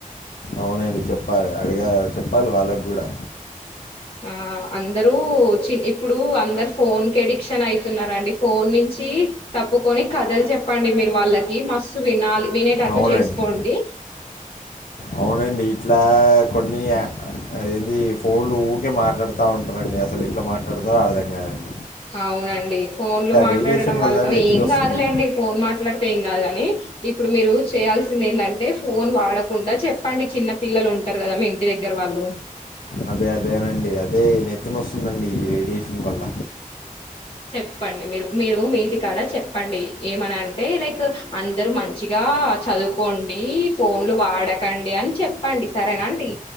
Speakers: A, on the left; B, on the left.
A: అవునండి చెప్పాలి అడిగ చెప్పాలి వాళ్ళకు కూడా
B: ఆ అందరూ చి ఇప్పుడు అందరు ఫోన్ కి ఎడిక్షన్ అయితున్నండి ఫోన్ నుంచి తప్పుకొని కథలు చెప్పండి మీరు వాళ్ళకి మస్తు వినాలి వినేటట్టు
A: అవునండి
B: చేసుకోండి
A: అవునండి ఇట్లా కొన్ని ఇది ఫోన్లు ఊరికే మాట్లాడుతా ఉంటారండి అసలు ఇట్లా మాట్లాడతారో అర్థం కదండి
B: అవునండి ఫోన్ లో మాట్లాడడం
A: రేడియేషన్
B: వల్ల
A: నెత్తిన
B: ఏం
A: వస్తుంది
B: కాదులేండి ఫోన్ మాట్లాడితే ఏం కాదు లెండి ఇప్పుడు మీరు చేయాల్సింది ఏంటంటే ఫోన్ వాడకుండా చెప్పండి చిన్న పిల్లలు ఉంటారు కదా మా ఇంటి దగ్గర వాళ్ళు
A: అదే అదేనండి అదే నెత్తినస్తుందండి ఈ రేడియేషన్ వల్ల
B: చెప్పండి మీరు మీరు మీ ఇంటి కడ చెప్పండి ఏమన అంటే లైక్ అందరు మంచిగా చదువుకోండి ఫోన్లు వాడకండి అని చెప్పండి సరేనా అండి